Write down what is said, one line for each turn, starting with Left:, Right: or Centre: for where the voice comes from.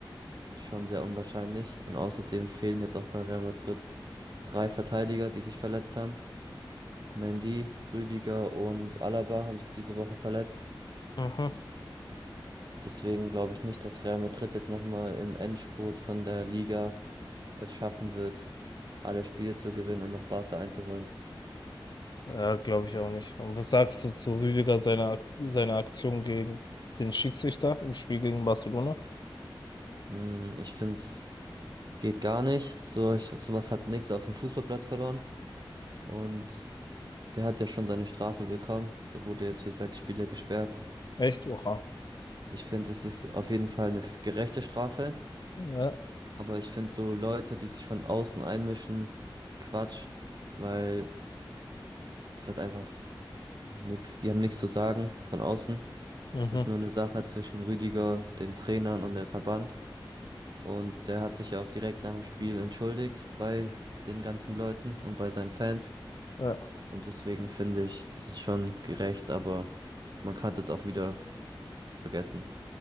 Right: schon sehr unwahrscheinlich. Und außerdem fehlen jetzt auch bei Real Madrid drei Verteidiger, die sich verletzt haben. Mendy, Rüdiger und Alaba haben sich diese Woche verletzt.
Left: mhm.
Right: Deswegen glaube ich nicht, dass Real Madrid jetzt nochmal im Endspurt von der Liga es schaffen wird, alle Spiele zu gewinnen und noch Barca einzuholen.
Left: Ja, glaube ich auch nicht. Und was sagst du zu Rüdiger seiner Ak- seiner Aktion gegen den Schiedsrichter im Spiel gegen Barcelona?
Right: Mm, Ich finde, es geht gar nicht. So, ich, sowas hat nix auf dem Fußballplatz verloren. Und der hat ja schon seine Strafe bekommen. Der wurde jetzt für sechs Spiele gesperrt.
Left: Echt? Oha.
Right: Ich finde, es ist auf jeden Fall eine f- gerechte Strafe.
Left: Ja.
Right: Aber ich finde so Leute, die sich von außen einmischen, Quatsch, weil das hat einfach nix. die haben nichts zu sagen von außen.
Left: Mhm.
Right: Das ist nur eine Sache zwischen Rüdiger, den Trainern und dem Verband. Und der hat sich ja auch direkt nach dem Spiel entschuldigt bei den ganzen Leuten und bei seinen Fans.
Left: Ja.
Right: Und deswegen finde ich, das ist schon gerecht, aber man kann es jetzt auch wieder vergessen.